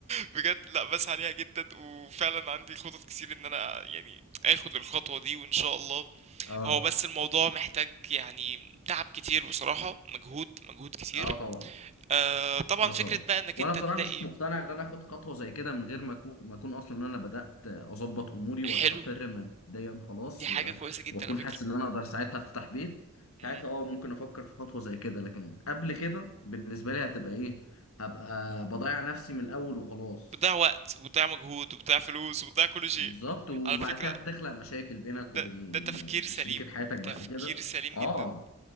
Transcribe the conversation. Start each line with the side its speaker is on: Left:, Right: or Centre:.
Right: بجد لا بسعى عليها جدا وفعلا عندي خطط كتير إن أنا يعني آخد الخطوة دي وإن شاء الله
Left: اه
Right: هو بس الموضوع محتاج يعني تعب كتير بصراحة مجهود مجهود كتير
Left: اه طبعا
Right: آه طبعا
Left: لا
Right: فكرة
Left: طبعا
Right: بقى إنك
Left: وانا
Right: أنت
Left: بصراحه
Right: تلاقي
Left: مش مقتنع ان انا اخد خطوه زي كده من غير ما اكون ما اكون اصلا ان انا بدات اظبط اموري واستقر
Right: حلو
Left: ماديا خلاص
Right: دي حاجة
Left: و...
Right: كويسة جدا
Left: واكون
Right: على فكرة
Left: حاسس ان انا اقدر ساعتها افتح بيت
Right: مهم.
Left: ساعتها اه ممكن افكر في خطوه زي كده لكن قبل كده بالنسبه لي هتبقى ايه هبقى بضيع نفسي من الاول وخلاص
Right: بتضيع وقت وبتضيع مجهود وبتضيع فلوس وبتضيع كل شيء
Left: بالظبط وبعد
Right: على فكرة
Left: كده هتخلق مشاكل بينك
Right: ده
Left: وبين
Right: ده تفكير سليم
Left: شريكه حياتك بعد
Right: تفكير
Left: كده
Right: سليم
Left: اه
Right: جدا